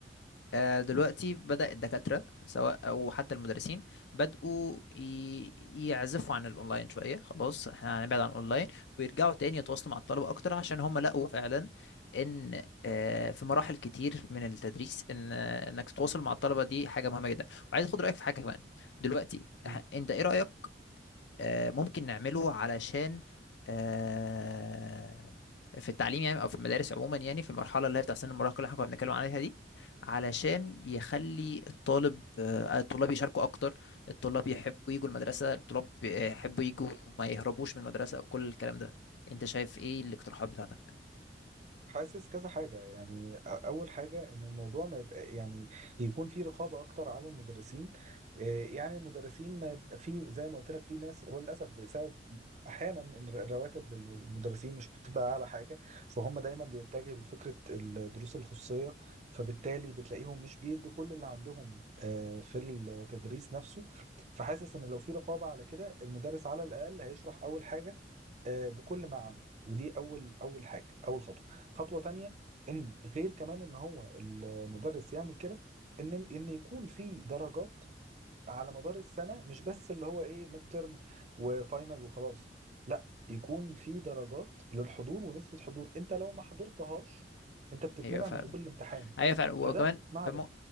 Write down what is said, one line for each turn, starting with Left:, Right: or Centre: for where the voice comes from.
Left: آه دلوقتي بدأ الدكاترة سواء او حتى المدرسين بدأوا ي- يعزفوا عن الاونلاين شوية خلاص احنا هنبعد عن الاونلاين ويرجعوا تاني يتواصلوا مع الطلبة اكتر عشان هم لقوا فعلا ان آه في مراحل كتير من التدريس ان آه انك تتواصل مع الطلبة دي حاجة مهمة جدا وعايز اخد رأيك في حاجة كمان دلوقتي
Right: أكيد
Left: ح- انت ايه رأيك آه، ممكن نعمله علشان آه، في التعليم يعني او في المدارس عموما يعني في المرحله اللي هي بتاع سن المراهقه اللي احنا كنا بنتكلم عليها دي علشان يخلي الطالب آه، الطلاب يشاركوا اكتر الطلاب يحبوا يجوا المدرسه الطلاب آه، يحبوا يجوا وما يهربوش من المدرسه وكل الكلام ده انت شايف ايه الاقتراحات بتاعتك
Right: حاسس كذا حاجة يعني أ- أول حاجة إن الموضوع ما يبقى يعني يكون في رقابة أكتر على المدرسين إيه، يعني المدرسين ما يبقى في زي ما قلت لك في ناس هو للأسف بسبب أحيانا إن الر- الرواتب للمدرسين مش بتبقى أعلى حاجة فهم دايما بيتجهوا لفكرة الدروس الخصوصية فبالتالي بتلاقيهم مش بيدوا كل اللي عندهم آه، في التدريس نفسه فحاسس إن لو في رقابة على كده المدرس على الأقل هيشرح أول حاجة آه، بكل ما عنده ودي أول أول حاجة أول خطوة خطوة تانية ان غير كمان ان هو المدرس يعمل كده ان ان يكون في درجات على مدار السنة مش بس اللي هو ايه ميد ترم وفاينل وخلاص لا يكون في درجات للحضور ونسبة حضور انت لو ما حضرتهاش انت بتتمنع
Left: ايوه فعلا
Right: من دخول الامتحان
Left: ايوه فعلا وكمان
Right: فده مع
Left: كمان
Right: ده
Left: مو-